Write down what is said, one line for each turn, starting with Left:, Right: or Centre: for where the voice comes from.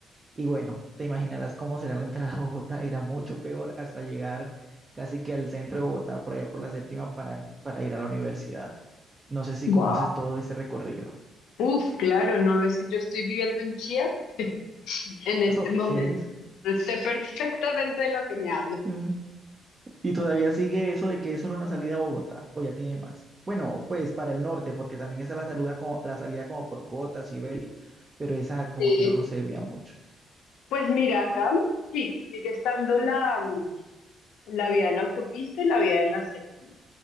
Right: Y bueno, te imaginarás cómo será la entrada a Bogotá, era mucho peor hasta llegar casi que al centro de Bogotá, por allá por la séptima, para, para ir a la universidad. No sé si
Left: Wow,
Right: conoces todo ese recorrido.
Left: Uf, claro, no es que yo estoy viviendo en Chía <laughs> en este
Right: <laughs> Ok.
Left: momento. Sé perfectamente de lo que me hablas.
Right: Mm. Y todavía sigue eso de que es solo una salida a Bogotá, o ya tiene más. Bueno, pues para el norte, porque también está la salida como, la salida como por Cota, Siberia, pero esa como
Left: Eh,
Right: que no nos servía mucho.
Left: pues mira, acá sí, sigue estando la, la vía de la autopista y la vía de la séptima.